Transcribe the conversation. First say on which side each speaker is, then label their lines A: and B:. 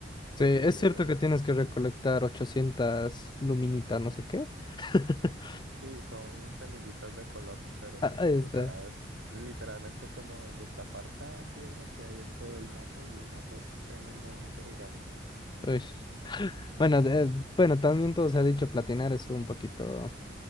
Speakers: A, on the right; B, on the left.
A: Pero
B: Sí, es cierto que
A: s-
B: tienes que recolectar 800 luminitas, no sé qué. <laughs>
A: sí, son semillitas de Coloc, pero
B: Ah,
A: sí,
B: Ahí está.
A: o sea, es literalmente como destapar cada piedra que hay en todo el mapa y el mapa es tremendamente gigante.
B: Uy. Bueno, de- bueno, también todo se ha dicho, platinar es un poquito